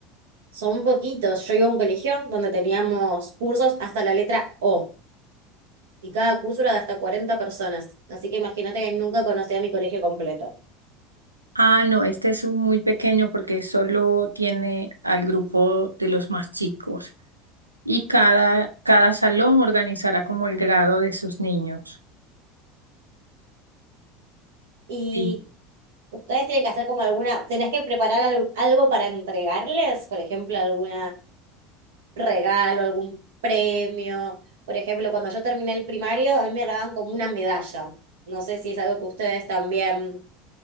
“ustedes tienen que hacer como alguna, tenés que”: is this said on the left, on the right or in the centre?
Right